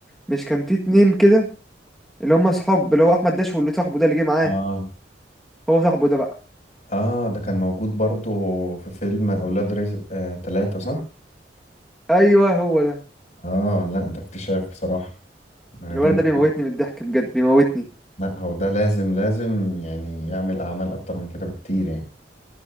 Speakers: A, in the centre; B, on the left (about 40°).
A: مش كان فيه اتنين كده اللي هم اصحاب اللي هو احمد داش واللي صاحبه ده اللي جه معاه
B: آه
A: هو صاحبه ده بقى
B: آه ده كان موجود برضه في فيلم أولاد رزق آه تلاتة صح؟
A: ايوه هو ده
B: آه لا ده اكتشاف بصراحة عجبني
A: الولد ده بيموتني من الضحك بجد بيموتني
B: لا هو ده لازم لازم يعني يعمل أعمال أكتر من كده بكتير يعني